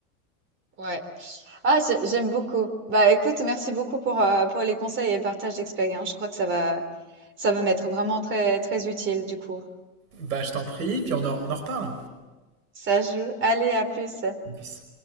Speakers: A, on the right (about 25°); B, on the right (about 85°).
A: ouais. Ah, j'ai- j'aime beaucoup. Bah, écoute, merci beaucoup pour, euh, pour les conseils et le partage d'expérience. Je crois que ça va, ça va m'être vraiment très, très utile, du coup.
B: Bah, je t'en prie, puis on en- on en reparle.
A: Ça joue. Allez, à plus.
B: Peace.